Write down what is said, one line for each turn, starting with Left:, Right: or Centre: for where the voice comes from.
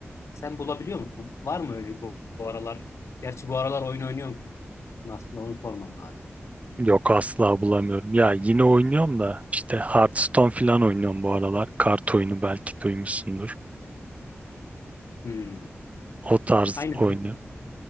Left: sen bulabiliyor musun? Var mı öyle bu, bu aralar? Gerçi bu aralar oyun oynuyor musun aslında onu sormam lazım.
Right: <laughs> Yok asla bulamıyorum. Ya yine oynuyorum da işte Hearthstone falan oynuyorum bu aralar. Kart oyunu belki duymuşsundur.
Left: Hmm.
Right: O tarz
Left: Aynen.
Right: oyunu.